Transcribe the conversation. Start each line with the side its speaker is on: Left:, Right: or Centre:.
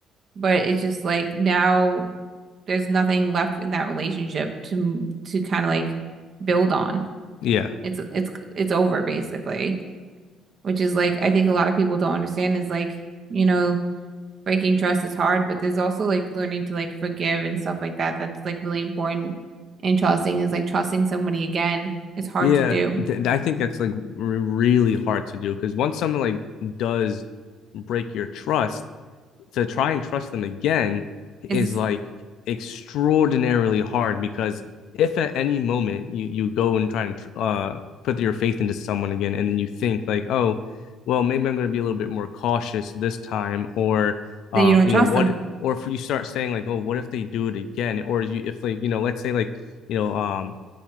Right: but it's just like now there's nothing left in that relationship to to kind of like build on.
Left: Yeah.
Right: It's it's it's over basically, which is like I think a lot of people don't understand is like, you know, breaking trust is hard, but there's also like learning to like forgive and stuff like that. That's like really important. And trusting is like trusting somebody again is hard
Left: Yeah,
Right: to do.
Left: th I think that's like r really hard to do because once someone like does break your trust, to try and trust them again is
Right: Is
Left: like extraordinarily hard because if at any moment you you go and try and uh put your faith into someone again and you think like oh well maybe I'm going to be a little bit more cautious this time or uh
Right: then you don't
Left: you
Right: trust
Left: know what
Right: them.
Left: or if you start saying like oh what if they do it again or you if like you know let's say like you know um